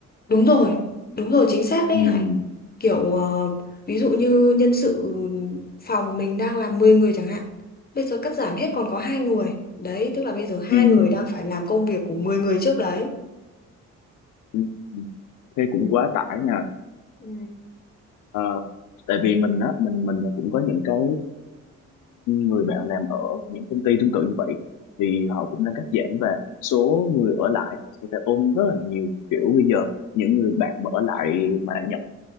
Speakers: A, on the left; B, on the left.
A: Đúng rồi, đúng rồi chính xác đấy
B: Ừm,
A: Hải. Kiểu ờ, ví dụ như nhân sự phòng mình đang làm 10 người chẳng hạn. Bây giờ cắt giảm hết còn có hai người. Đấy, tức là bây giờ hai
B: ừm,
A: người đang phải làm công việc của 10 người trước đấy.
B: ừm, Thế cũng quá tải nha.
A: Ừ.
B: Ờ, tại vì mình á mình mình cũng có những cái người bạn làm ở những công ty tương tự như vậy thì họ cũng đang cắt giảm và số người ở lại thì phải ôm rất là nhiều kiểu bây giờ những người bạn mà ở lại mà nhận